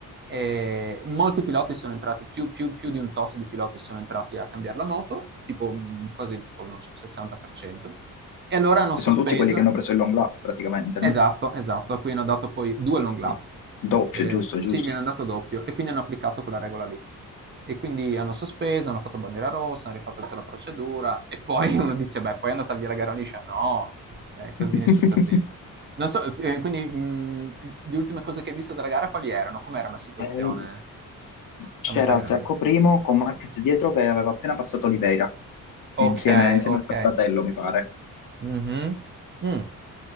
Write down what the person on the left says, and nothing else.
che
sono tutti quelli che hanno preso il long lap praticamente,
no?
Eh, Doppio,
giusto,
giusto.
<laughs>
E c'era
Zarco Primo con Marquez dietro che aveva appena passato Oliveira, insieme,
insieme
al fratello, mi pare.